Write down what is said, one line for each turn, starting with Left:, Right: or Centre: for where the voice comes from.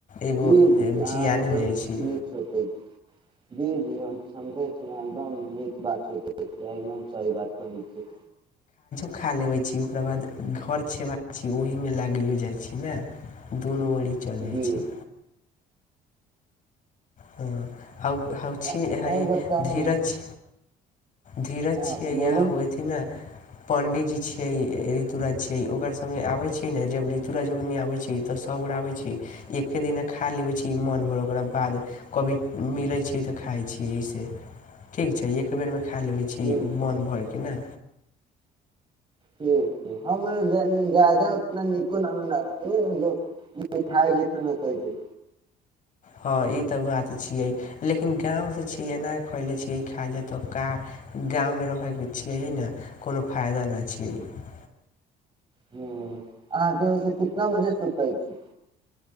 Left: एगो
Right: जी जी
Left: जियान
Right: अहाँ एकदम
Left: हो जाइ छै।
Right: नीक सोचै जी जी हम समझे छीह एकदम नीक बात छते। गमे हम सही बात कहैत छै
Left: सुखा लेवे छी ओकरा बाद घर छेवा छी ओहि में लागियो जाय छी ने दुनू चलि जाइ
Right: जी
Left: छै। हँ। आ ह छी
Right: आओर
Left: इ
Right: बताउ
Left: धीरज
Right: ने
Left: धीरज
Right: हँ
Left: छियै
Right: बोलू
Left: इएह हु अथिन ने पं्डितजी छियै ऋतुराज छियै ओकर से आब छियै ने जब ऋतु राजजोखनि आबै छै। तऽ सबगोरा आबै छी एक्े दििन खा लेबै छी मन भर ओकरा बाद कभी मिलै छी तऽ खाइ छी एहिसँ ठीक छै एक बेरमे। खा लेबै
Right: ह्म
Left: छी मोन भर के ने।
Right: ठीक छै हमा उतना नीको न लागैठाइ जेस कहै
Left: हँ ई तऽ बात छियै लेकिन गाँवसँ छियै एना खयलै छियै खायल जाय तऽ का गाँवमे रहयके छियै ह ने कोनो फायदा नहि छियै।
Right: ह्म अहाँके ओहिसँ कितना बजे सुतै छी।